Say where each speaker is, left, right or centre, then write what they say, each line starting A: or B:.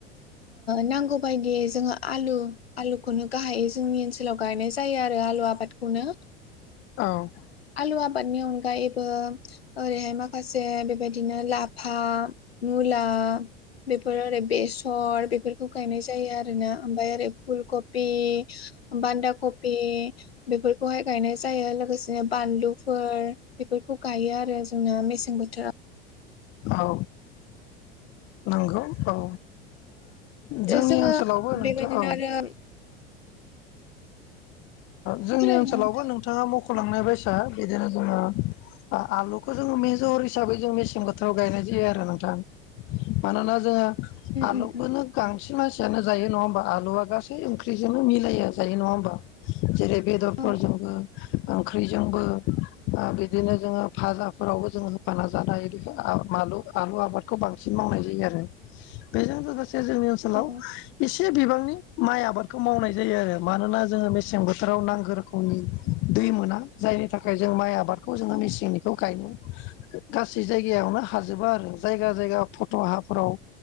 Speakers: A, on the left (about 80°); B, on the left (about 40°).
A: नांगौ बायदियै जोङो आलु आलुखौनो गाहायै जोंनि ओनसोलाव गायनाय जायो आरो आलुआ खौनो
B: औ
A: आलुवा बनि ए ओरैहाय माखासे बेबायदिनो लाफा मुला बेबहार आरो बेस सट बेफोरखौ गायनाय जायो आरो ना ओमफ्राय आरोरै फुल कबि बान्दा कफ बेफोरखौहाय गायनाय जायो लोगोसेनो बानलुफोर बेफोरखौ गायो आरो जोंना मेसें बोथोराव
B: औ नंगौ औ जोंनि
A: जोङो
B: ओनसोलावबो
A: बेबायदिनो
B: नोंथां औ ओ
A: आरो
B: जोंनि
A: खोनादोंना
B: ओनसोलावबो
A: नोंथां
B: नोंथाङा मख सलांनाय
A: औ उम
B: बैसआ बिदिनो जोङो आलुखौ जोङो मेजजर हिसाबै जों मेसें बोथोराव गायनाय जायो आरो नोंथां मानोना जों आलुखौनो
A: उम उम
B: गांसे मानसियानो जायो नङा होमबा आलुआ गासै ओंख्रिजोंनो मिलि <unintelligible> नङा होमबा जेरै बेदरफोरजोंबो
A: औ
B: ओंख्रिजोंबो बिदिनो जोङो फाजाफोरावबो जोंङो होफाना जानो हायो बेखौ मालु आलु आबादखौ बांसिन मावनाय जायो आरो। बेजों लोगोसे जोंनि ओनसोलाव
A: औ
B: एसे बिबांनि माइ आबादखौ मावनाय जायो आरो मानोना जोङो मेसें बोथोराव नांगौ रोखोमनि दै मोना जायनि थाखाय जों माइ आबाद खौ जोङो
A: औ
B: मेसेंनिखौ गायनो गासै जायगायावनो हाजोबा आरो जायगा जायगा फट' हाफोराव